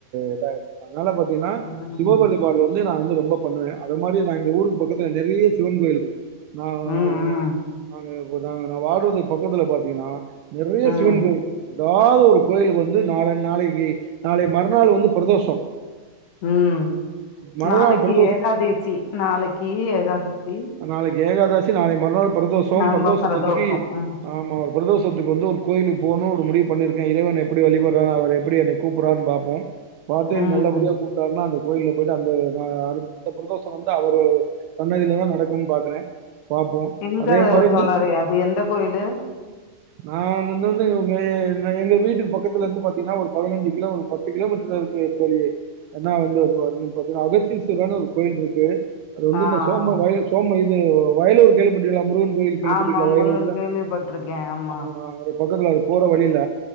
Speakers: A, on the right (about 80°); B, on the left (about 70°).
A: இதாயிடும் அதுனால பாத்தீயன்னா
B: ம்.
A: சிவோபள்ளி பாடு வந்து நா வந்து ரொம்ப பண்ணுவே அது மாதிரி நா எங்க ஊருக்கு பக்கத்துல நெறைய சிவன் கோயில் இருக்கு நா
B: ம்.
A: நானு நாங்க பு தாங்க நா வாட்றது பக்கத்துல பாத்தீங்கன்னா நெறையா
B: ம். ம்.
A: சிவன் கோயில் எதாவது ஒரு கோயிலுக்கு வந்து நாளை நாளைக்கி நாளை மறுநாள் வந்து ப்ரதோஷோ
B: ம்
A: மறுநாள்
B: நாளைக்கு
A: பிரதோஷ்
B: ஏகாதசி நாளைக்கி ஏகாதசி
A: நாளைக்கி ஏகாதாசி நாளை மறுநாள் பிரதோஷம்
B: நம்ப
A: பிரதோஷத்து
B: பிரதோஷம்
A: அன்னக்கி
B: ம்
A: ஆமா ஒரு பிரதோஷத்துக்கு வந்து ஒரு கோயிலுக்கு போணு ஒரு முடிவு பண்ணிருக்கே இறைவ எப்புடி வழிபட்றா அவரு எப்புடி என்னைய கூப்புறான்னு பாப்போம் பாத்து
B: ம்
A: நல்லபடியா கூப் டாருனா அந்த கோயல்ல பொயிட்டு அந்த நா அடுத்த பிரதோஷோ வந்து அவரு சன்னதிலதா நடக்கும் பாக்குறே பாப்போ
B: எங்க
A: அதே மாரி
B: தோழறே அது எந்த கோயிலு
A: நா அந்தந்த வந்து உங்கயே வ எங்க வீட்டு பக்கத்துல இருந்து பாத்தீங்கன்னா ஒரு பதுனஞ்சு கில ஒரு பத்து கிலோமீட்டர்ல இருக்கு தோழியே ஏனா வந்து அது வந்து பாத்தீங்கன்னா அகத்தீஸ்வரர்னு ஒரு கோயில் இருக்கு அது வந்து
B: ஆ ஆ
A: இந்த சோம வய சோம இது வயலூர் கேள்விபட்ருக்கிங்களா முருகன் கோயில் கேள்விப்பட்டிருக்கீங்களா
B: ஆமா
A: வயலூர்ல
B: முருகன் கேள்விப்பட்டிருக்கே ஆமா
A: அதுனா அதுக்கு பக்கத்துல அது போற வழில